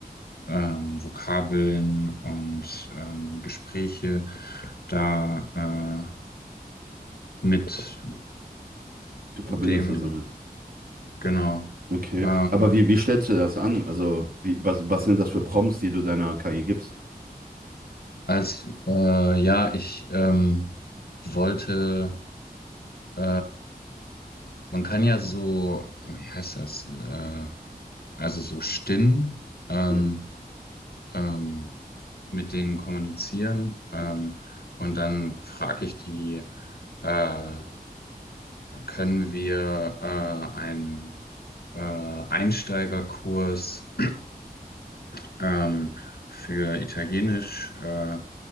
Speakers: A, on the left; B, on the right.
A: ähm, Vokabeln und ähm, Gespräche da äh, mit
B: du verbindest
A: dem,
B: das damit.
A: genau.
B: Okay,
A: ähm,
B: aber wie, wie stellst du das an? Also, wie, was, was sind das für Prompts, die du deiner KI gibst?
A: Als, äh, ja, ich ähm, wollte, äh, man kann ja so, wie heißt das, äh, also so Stimmen ähm,
B: Mhm.
A: ähm, mit denen kommunizieren ähm, und dann frage ich die, äh, können wir äh, einen äh, Einsteigerkurs <clears throat> ähm, für Italienisch äh,